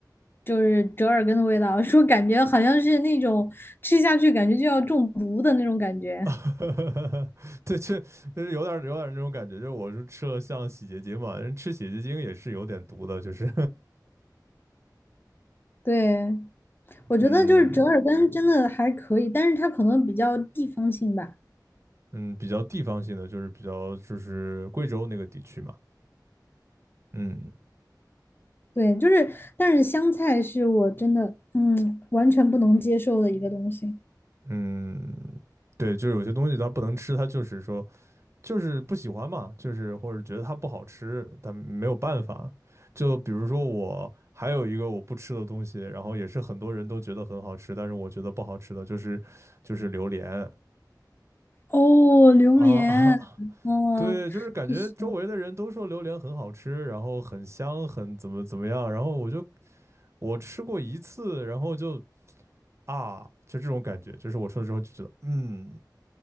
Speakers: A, on the left; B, on the right.
A: 就是折耳根的味道，说感觉好像是那种吃下去感觉就要中毒的那种感觉。
B: <laughs> 对，这就是有点有点那种感觉，就是我是吃了像洗洁精嘛，人吃洗洁精也是有点毒的，就是，
A: 对，
B: <laughs>
A: 我觉得就是折耳根真的还可以，
B: 嗯，
A: 但是它可能比较地方性吧。
B: 嗯，比较地方性的，就是比较就是贵州那个地区嘛，嗯
A: 对，就是，但是香菜是我真的嗯完全不能接受的一个东西。
B: 嗯，对，就是有些东西它不能吃，它就是说就是不喜欢嘛，就是或者觉得它不好吃，但没有办法。就比如说我还有一个我不吃的东西，然后也是很多人都觉得很好吃，但是我觉得不好吃的就是就是榴莲
A: 哦，榴莲，
B: 啊啊，<laughs>
A: 嗯，
B: 对，就是感觉周围的人都说榴莲很好吃，
A: 就是。
B: 然后很香，很怎么怎么样，然后我就我吃过一次，然后就啊，就这种感觉，就是我吃了之后就觉得，嗯，